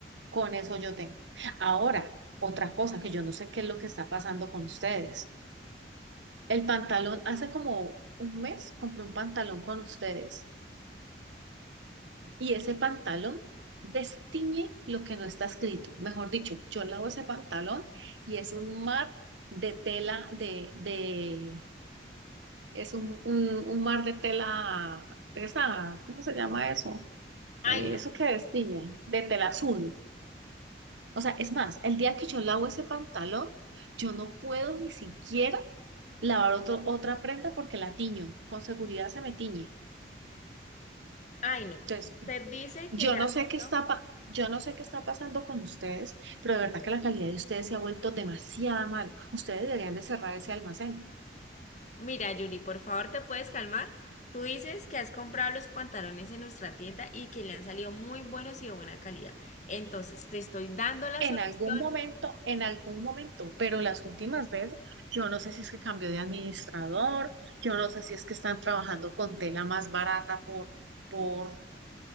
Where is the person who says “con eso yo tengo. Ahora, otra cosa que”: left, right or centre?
Right